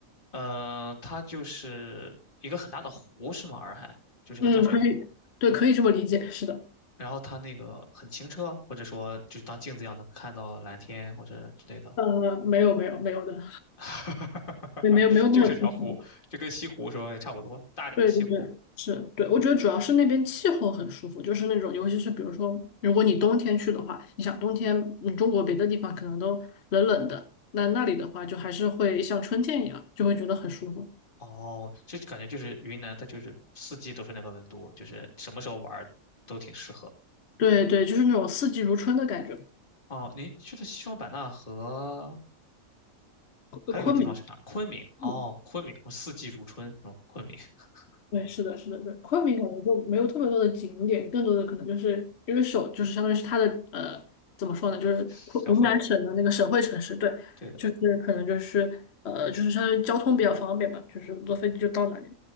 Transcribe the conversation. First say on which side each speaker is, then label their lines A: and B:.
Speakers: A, on the left (about 35°); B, on the left (about 55°).
A: 嗯，它就是一个很大的湖，是吗？洱海就是个淡水湖，
B: 嗯，可以，对，可以这么理解，是的。
A: 然后它那个很清澈，或者说就是当镜子一样能看到蓝天或者之类的，
B: 呃，没有没有没有的，
A: <laughs>
B: 没没有没有那么轻松。
A: 就是条湖，就跟西湖说也差不多，大点儿的西湖。
B: 对对对，是，对，我觉得主要是那边气候很舒服，就是那种，尤其是比如说，如果你冬天去的话，你想冬天，嗯，中国别的地方可能都冷冷的，那那里的话就还是会像春天一样，就会觉得很舒服。
A: 哦，这感觉就是云南，它就是四季都是那个温度，就是什么时候玩儿都挺适合。
B: 对对，就是那种四季如春的感觉吧
A: 哦，您去的西双版纳和
B: 昆昆明，
A: 还有一个地方是哪？昆明。哦，
B: 嗯
A: 昆明，我四季如春是吗？昆明 <laughs>
B: 对，是的，是的，对，昆明可能就没有特别多的景点，更多的可能就是因为首就是相当于是它的呃怎么说呢，就是昆云南省的那个省会城市，
A: 小慧，
B: 对，
A: 对的。
B: 就是可能就是呃就是相当于交通比较方便吧，就是坐飞机就到那里。